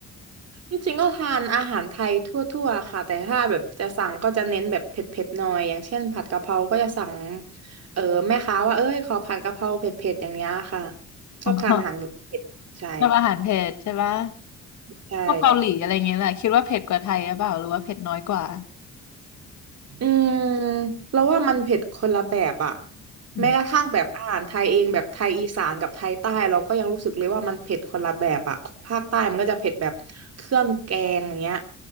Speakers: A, on the right; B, on the left.
A: จริงๆก็ทานอาหารไทยทั่วๆค่ะแต่ถ้าแบบจะสั่งก็จะเน้นแบบเผ็ดๆหน่อยอย่างเช่นผัดกะเพราก็จะสั่งเออแม่ค้าว่าเอ้ยขอผัดกะเพราเผ็ดๆอย่างเงี้ยค่ะชอบทานอาหารเผ็ดใช่
B: อ๋อชอบอาหารเผ็ดใช่ปะ
A: ใช่
B: พวกเกาหลีอะไรเงี้ยแหละคิดว่าเผ็ดกว่าไทยหรือเปล่าหรือว่าเผ็ดน้อยกว่า
A: อืมเราว่ามันเผ็ดคนละแบบอะ
B: อืม
A: แม้กระทั่งแบบอาหารไทยเองแบบไทยอีสานกับไทยใต้เราก็ยังรู้สึกเลยว่ามันเผ็ดคนละแบบอะภาคใต้มันก็จะเผ็ดแบบเครื่องแกงอย่างเงี้ย